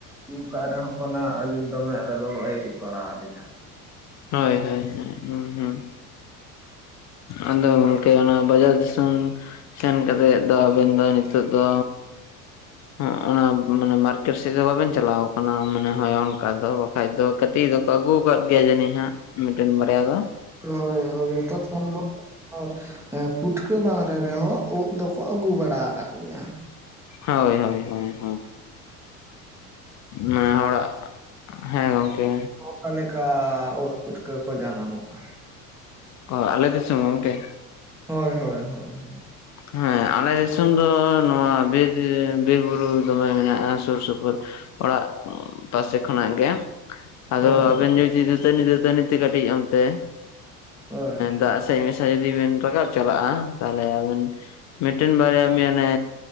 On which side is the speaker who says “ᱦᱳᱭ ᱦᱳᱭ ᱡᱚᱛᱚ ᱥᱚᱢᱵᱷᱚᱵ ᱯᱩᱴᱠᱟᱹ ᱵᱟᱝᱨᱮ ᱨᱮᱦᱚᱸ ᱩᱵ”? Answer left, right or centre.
Centre